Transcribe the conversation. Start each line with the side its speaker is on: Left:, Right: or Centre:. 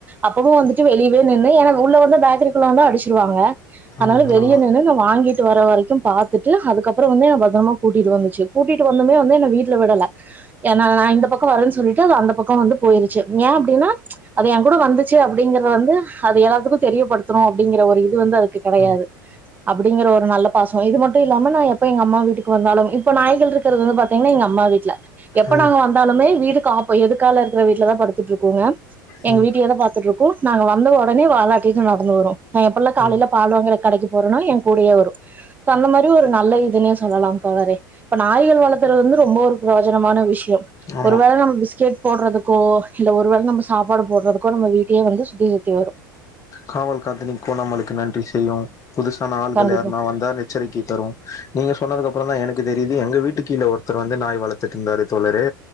Right: அப்பவு வந்துட்டு வெளியவே நின்னு ஏன்னா உள்ள வந்தா பேக்கரிக்குள்ள வந்தா அடிச்சிருவாங்க அதனால
Left: ம்
Right: வெளியே
Left: ஆமா
Right: நின்னு நா வாங்கிட்டு வர வரைக்கு பாத்துட்டு அதுக்கப்பறோ வந்து என் பத்திரமா கூட்டிட்டு வந்துச்சு கூட்டிட்டு வந்துமே வந்து என்ன வீட்ல விடல ஏனா நா இந்த பக்கோ வரேன்னு சொல்லிட்டு அது அந்த பக்கோ வந்து போயிருச்சு ஏ அப்டின்னா ச் அது எ கூட வந்துச்சு அப்டிங்கறது வந்து அது எல்லாத்துக்கு தெரியப்படுத்துறோ அப்டிங்கிற ஒரு இது வந்து அதுக்கு கெடையாது
Left: ம்
Right: அப்டிங்கிற ஒரு நல்ல பாசோ இது மட்டு இல்லாம நா எப்ப அம்மா வீட்டுக்கு வந்தாலு இப்ப நாய்கள் இருக் றது வந்து பாத்தீங்கன்னா எங்க அம்மா வீட்ல எப்ப
Left: ம்
Right: நாங்க வந்தாலுமே வீடு காப்போ எதுக்கால இருக்கிற வீட்டுலதா படுத்துட்டு இருக்ககோங்க
Left: ம்
Right: எங்க வீட்டயே தா பாத்துட்டுருக்கு நாங்க வந்த உடனே வாலாட் நடந்து வரு நா எப்பல்லா காலையில
Left: ம்
Right: பால் வாங்க கடைக்கு போறேனா என் கூடயே வரு அந்த மாரி ஒரு நல்ல இதுனே சொல்லலாம் தோழரே இப்ப நாய்கள் வளர்த்துறது வந்து ரொம்ப ஒரு பிரோஜனமான விஷயம்
Left: ஆமா
Right: ஒரு வேள நம்ம பிஸ்கெட் போடுறதுக்கோ இல்ல ஒரு வேள நம்ம சாப்பாடு போடுறதுக்கோ நம்ம வீட்டையே வந்து சுத்தி சுத்தி வரு
Left: காவல் காத்து நீ கோனாமலக்கு நன்றி செய்யு புதுசான ஆள்கள்
Right: கண்டிப்பா
Left: யாருன்னா வந்தா எச்சரிக்கை தரு நீங்க சொன்னதுக்கு அப்றோ தா எனக்கு தெரியுது எங்க வீட்டு கீழ ஒருத்தர் வந்து நாய் வளத்துட்டு இருந்தாரு தோழரே